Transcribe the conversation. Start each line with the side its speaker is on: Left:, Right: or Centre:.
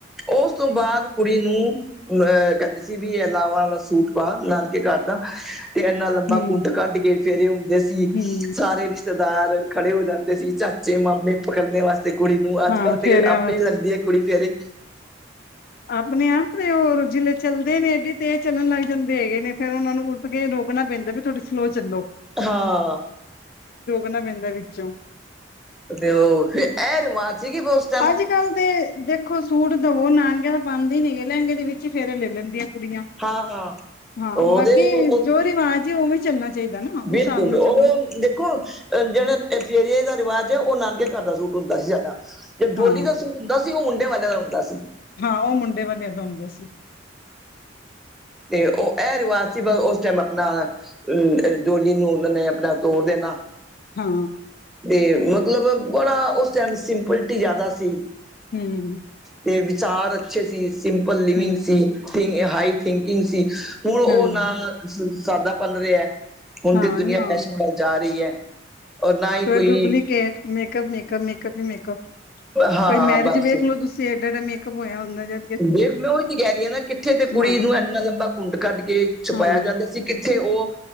Centre: ਉਸ ਤੋਂ ਬਾਅਦ ਕੁੜੀ ਨੂੰ ਅਹ ਕਹਿੰਦੇ ਸੀ ਵੀ ਇਹ ਲਾਵਾਂ ਵਾਲਾ ਸੂਟ ਪਾ ਨਾਨਕੇ ਘਰ ਦਾ ਤੇ ਇੰਨਾ ਲੰਮਾ
Left: ਹੂੰ
Centre: ਕੁੰਟ ਕੱਢ ਕੇ ਫੇਰੇ ਹੁੰਦੇ ਸੀ
Left: ਹੂੰ
Centre: ਸਾਰੇ ਰਿਸ਼ਤੇਦਾਰ ਖੜੇ ਹੋ ਜਾਂਦੇ ਸੀ ਚਾਚੇ ਮਾਮੇ ਪਕੜਦੇ ਵਾਸਤੇ ਕੁੜੀ ਨੂੰ ਅੱਜ
Left: ਹਾਂ
Centre: ਕੱਲ ਤੇ
Left: ਫੇਰਿਆਂ
Centre: ਆਪੇ
Left: ਵ
Centre: ਲੈਂਦੀ ਹੈ ਕੁੜੀ ਫੇਰ
Left: ਆਪਣੇ ਆਪ ਤੇ ਹੋ ਰੁਜਲੇ ਚੱਲਦੇ ਨੇ ਐਡੇ ਤੇ ਚੱਲਣ ਲੱਗ ਜਾਂਦੇ ਹੈਗੇ ਨੇ ਫੇਿਰ ਉਹਨਾਂ ਨੂੰ ਉੱਠ ਕੇ ਰੋਕਣਾ ਪੈਂਦਾ ਵੀ ਥੋੜ੍ਹੀ ਸਲੋ ਚੱਲੋ
Centre: ਹਾਂ
Left: ਣਾ ਪੈਂਦਾ ਵਿੱਚੋਂ
Centre: ਤੇ ਉਹ ਫ ਇਹ ਰਿਵਾਜ਼ ਸੀਗੀ ਬਸ
Left: ਅੱਜ ਕਲ ਦੇ ਦੇਖੋ ਸੂਟ ਦਵੋ ਨਾਨਕੇ ਤਾਂ ਪਾਉਂਦੇ ਹੀ ਨੀ ਗ ਲਹਿੰਗੇ ਦੇ ਵਿੱਚ ਫੇਰ ਲੈ ਲੈਂਦੀਆਂ ਕੁੜੀਆਂ
Centre: ਹਾਂ ਹਾਂ
Left: ਹਾਂ
Centre: ਉਹਦੇ
Left: ਬਾਕੀ
Centre: ਉਹ
Left: ਜੋ ਰਿਵਾਜ਼ ਉਹ ਵੀ ਚੱਲਣਾ ਚਾਹੀਦਾ ਨਾ ਉਸ
Centre: ਬਿਲਕੁਲ
Left: ਹਿਸਾਬ ਨਾਲ
Centre: ਉਹ
Left: ਚੱਲੋ
Centre: ਦੇਖੋ ਜਿਹੜਾ ਫੇਰੀਏ ਦਾ ਰਿਵਾਜ਼ ਹੈ ਉਹ ਨਾਨਕੇ ਘਰ ਦਾ ਸੂਟ ਹੁੰਦਾ ਸੀ ਸਾਡਾ ਜ
Left: ਹਾਂ
Centre: ਡੋਲੀ ਦਾ ਸੂਟ ਹੁੰਦਾ ਸੀ ਉਹ ਉਂਡੇ ਵਾਲਿਆਂ ਦਾ ਹੁੰਦਾ ਸੀ
Left: ਹਾਂ ਉਹ ਮੁੰਡੇ ਵਾਲੇਆਂ ਦਾ ਹੁੰਦਾ ਸੀ
Centre: ਤੇ ਉਹ ਇਹ ਰਿਵਾਜ਼ ਸੀ ਬ ਉਸ ਟਾਈਮ ਆਪਣਾ ਅਮ ਡੋਲੀ ਨੂੰ ਉਹ ਨੇ ਆਪਣਾ ਤੋਰ ਦੇਣਾ
Left: ਹਾਂ
Centre: ਤੇ ਮਤਲਬ ਬੜਾ ਉਸ ਟਾਈਮ ਸਿੰਪਲਿਟੀ ਜ਼ਿਆਦਾ ਸੀ
Left: ਹਮ
Centre: ਤੇ ਵਿਚਾਰ ਅੱਛੇ ਸੀ ਸਿੰਪਲ ਲਿਵਿੰਗ
Left: ਹੂੰ
Centre: ਸੀ ਹਾਈ ਥਿੰਕਿੰਗ ਸੀ ਹੁਣ ਉਹ
Left: ਹਾਂਜੀ
Centre: ਨਾ ਸਾਦਾ ਭਨ ਰਿਹਾ ਹੁਣ
Left: ਹਾਂ
Centre: ਤੇ ਦੁਨੀਆਂ
Left: ਨਾ
Centre: ਫੈਸ਼ਨ ਵੱਲ ਜਾ ਰਹੀ ਹੈ ਔਰ ਨਾ ਹੀ ਕੋਈ
Left: ਡੁਪਲੀਕੇਟ ਮੇਕਅਪ ਮੇਕਅਪ ਮੇਕਅਪ ਹੀ ਮੇਕਅਪ
Centre: ਹਾਂ
Left: ਕੋਈ ਮੈਰਿਜ
Centre: ਬਸ
Left: ਵੇਖ ਲੋ ਤੁਸੀਂ ਡਾ ਐਡਾ ਮੇਕਅਪ ਹੋਇਆ ਹੁੰਦਾ ਜਾਂ
Centre: ਦੇਖ ਮੈਂ ਉਹੀ ਤੇ ਕਹਿ ਰਹੀ ਹਾਂ ਨਾ ਕਿੱਥੇ ਤੇ ਕੁੜੀ
Left: ਹਾਂ
Centre: ਨੂੰ ਇੰਨਾ ਲੰਬਾ ਘੁੰਟ ਕੱਢ ਕੇ ਛਪਾਇਆ
Left: ਹਾਂ
Centre: ਜਾਂਦਾ ਸੀ ਇੱਥੇ ਉਹ